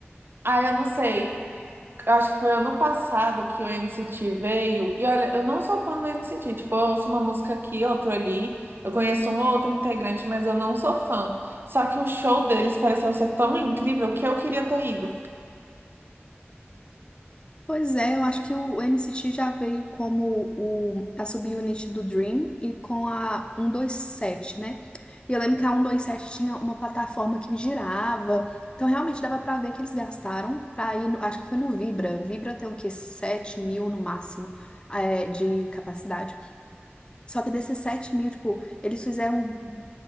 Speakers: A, on the right (about 55°); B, on the left (about 25°).
A: ah, eu não sei acho que foi ano passado que o NCT veio. E olha, eu não sou fã do NCT. Tipo, eu ouço uma música aqui, outra ali. Eu conheço um ou outro integrante, mas eu não sou fã. Só que o show deles pareceu ser tão incrível que eu queria ter ido.
B: Pois é, eu acho que o N C T já veio como o, a subunit do Dream e com a 127, né? E eu lembro que a 127 tinha uma plataforma que girava, então realmente dava pra ver que eles gastaram pra ir, no- acho que foi no Vibra. Vibra tem o quê? sete mil no máximo, é, de capacidade. Só que desses 7 mil, tipo, eles fizeram,